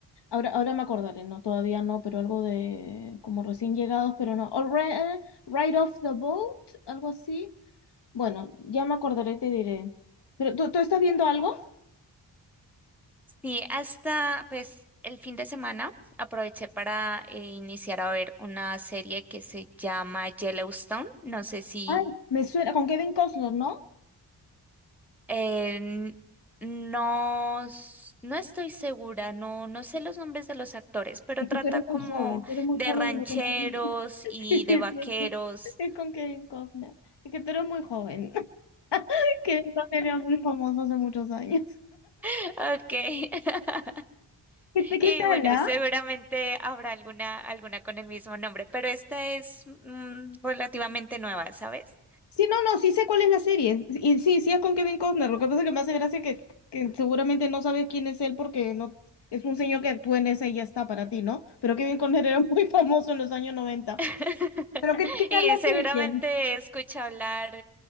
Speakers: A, on the left; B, in the centre.
A: Ahora, ahora me acordaré, no, todavía no, pero algo de como recién llegados, pero no. O Ri- Ride off the boat, algo así. Bueno, ya me acordaré y te diré. Pero, ¿tú, tú estás viendo algo?
B: Sí, hasta pues el fin de semana aproveché para eh, iniciar a ver una serie que se llama Yellowstone. No sé si
A: Ay, me suena con Kevin Costner, ¿no?
B: Eh, no, s- no estoy segura, no, no sé los nombres de los actores, pero
A: Es
B: trata
A: que tú eres
B: como
A: muy joven, tú eres muy
B: de
A: joven
B: rancheros
A: y no conoces. <laughs>
B: y
A: Sí, sí,
B: de vaqueros.
A: sí, Es con Kevin Costner. Es que tú eres muy joven. <laughs> Kevin Costner era muy famoso hace muchos años.
B: <laughs> Ok. <laughs>
A: ¿Qué, te- qué
B: Y
A: tal,
B: bueno,
A: ah?
B: seguramente habrá alguna, alguna con el mismo nombre, pero esta es mm, relativamente nueva, ¿sabes?
A: Sí, no, no, sí sé cuál es la serie. Y sí, sí es con Kevin Costner. Lo que pasa es que me hace gracia que, que seguramente no sabes quién es él porque no es un señor que actúa en esa y ya está para ti, ¿no? Pero Kevin Costner era <laughs> muy famoso en los años 90.
B: <laughs>
A: Pero ¿qué, qué tal
B: Y
A: la
B: seguramente
A: serie?
B: escucha hablar,